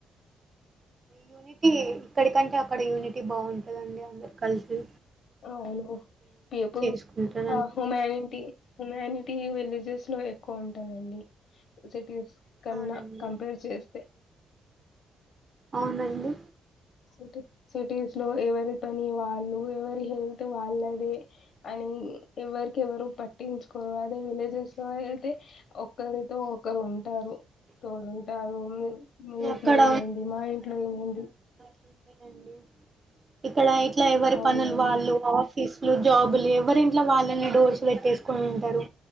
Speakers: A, on the right; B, on the left.
A: యూనిటీ ఇక్కడికంటే అక్కడ యూనిటీ బావుంటదండి అందరు కల్సి
B: అవును పిపు
A: చేసుకుంటారండి.
B: అహుమేంటి హుమానిటీ విలేజెస్ లో ఎక్కువ ఉంటదండి సిటీస్ కన్నా
A: అవునండి
B: కంపేర్ చేస్తే
A: అవునండి
B: సిటీ సిటీస్ లో ఎవరి పని వాళ్ళు ఎవరి హెల్త్ వాళ్ళదే అని ఎవ్వరికెవ్వరు బట్ పట్టించుకోరు అదే విలేజెస్ లో అయితే ఒకరితో ఒకరు ఉం టారు తోడుంటారు మీ ఇంట్లో
A: అక్కడ
B: ఏమైంది మా ఇంట్లో ఏమైంది
A: ఉండదండి డి ఇప్ ఇక్కడ ఇట్లా ఎవరి
B: అవునండి
A: పనులు వాళ్ళు అఫ్ ఫీసులు జాబులు ఎవరింట్లో వాళ్ళని డోర్స్ పెట్టేసుకుని ఉంటారు